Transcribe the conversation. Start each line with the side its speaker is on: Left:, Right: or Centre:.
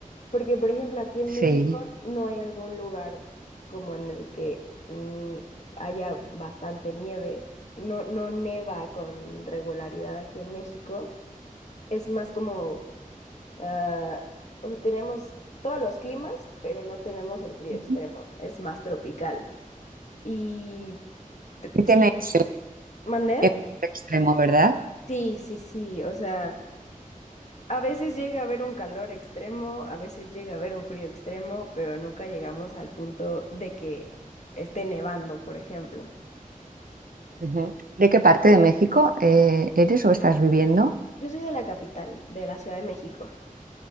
Left: porque por ejemplo aquí en México
Right: Sí.
Left: no hay algún lugar como en el que mm, haya bastante nieve, no, no neva con regularidad aquí en México. Es más como Ah, o sea, tenemos todos los climas, pero no tenemos el frío
Right: Ujú.
Left: extremo, es más tropical. Y te-
Right: Y tenéis
Left: sí,
Right: el,
Left: ¿mandé?
Right: el calor extremo, ¿verdad?
Left: Sí, sí, sí, o sea, a veces llega a haber un calor extremo, a veces llega a haber un frío extremo, pero nunca llegamos al punto de que esté nevando, por ejemplo.
Right: Ujú. ¿De qué parte de México eh, eres o estás viviendo?
Left: Yo soy de la capital, de la Ciudad de México.